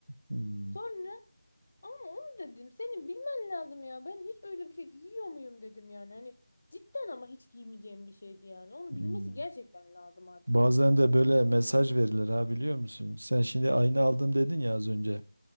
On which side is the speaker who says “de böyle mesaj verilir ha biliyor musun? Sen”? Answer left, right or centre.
Right